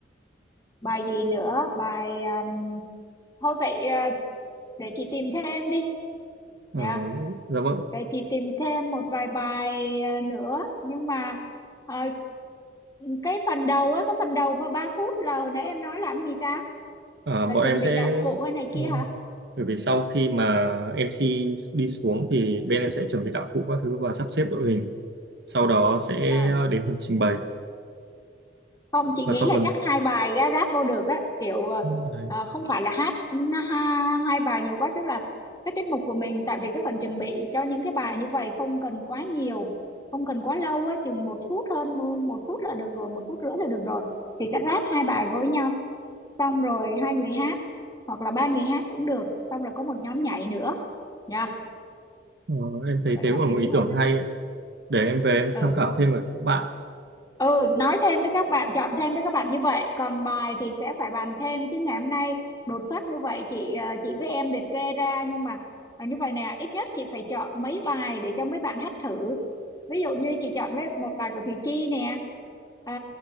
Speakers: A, on the left; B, on the right.
A: bài gì nữa? Bài um, thôi vậy à, để chị tìm thêm đi
B: Ờ,
A: nha.
B: dạ vâng
A: Vậy chị tìm thêm một vài bài à, nữa nhưng mà à, cái phần đầu á cái phần đầu mà 3 phút là hồi nãy em nói làm gì ta
B: À,
A: là
B: bọn
A: chuẩn
B: em sẽ
A: bị đạo cụ hay này kia
B: đúng
A: hả
B: rồi. Bởi vì sau khi mà MC đi xuống thì bên em sẽ chuẩn bị đạo cụ các thứ và sắp xếp đội hình. Sau đó sẽ
A: à
B: đến phần trình bày
A: không chị
B: và
A: nghĩ
B: sau
A: là
B: phần
A: chắc hai bài ra ráp vô được á kiểu
B: đấy.
A: à, không phải là hát na- ha, hai bài nhiều quá tức là cái tiết mục của mình tại vì cái phần chuẩn bị cho những cái bài như vậy không cần quá nhiều không cần quá lâu á chừng một phút hơn một phút là được rồi một phút rưỡi là được rồi thì sẽ ráp hai bài với nhau xong rồi hai người hát hoặc là ba người hát cũng được xong rồi có một nhóm nhảy nữa nha
B: Ờ, em thấy
A: vậy
B: thế
A: hợp
B: cũng là một
A: lý
B: ý
A: hơn
B: tưởng
A: á
B: hay ấy. Để em về em
A: ừ
B: tham khảo thêm với các bạn.
A: ừ nói thêm với các bạn chọn thêm với các bạn như vậy còn bài thì sẽ phải bàn thêm chứ ngày hôm nay đột xuất như vậy chị ờ, chị với em liệt kê ra nhưng mà ờ, như vậy nè ít nhất chị phải chọn mấy bài để cho mấy bạn hát thử ví dụ như chị chọn mấy, một bài của Thùy Chi nè à,